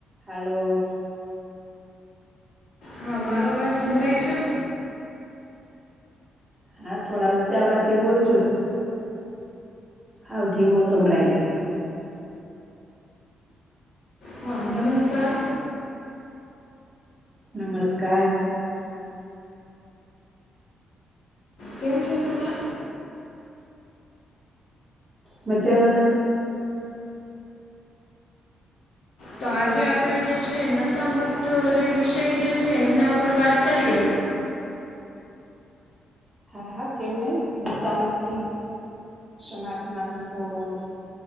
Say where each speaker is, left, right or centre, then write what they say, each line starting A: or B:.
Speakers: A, on the right; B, on the left.
A: હાલો
B: હા મારો અવાજ સંભળાય છે?
A: હા થોડા ઊંચા અવજે બોલ જો? હાવ ધીમો સંભળાય છે.
B: હા નમસ્કાર.
A: નમસ્કાર
B: કેમ છો તમે?
A: મજામાં.
B: તો આજે આપણે જે છે નશા મુુક્ત જે વિષય જે છે એમના ઉપર વાત કરીએ.
A: હા, હા કેમ નહીં. નશા મુક્તિ. સમાજમાં નશોસ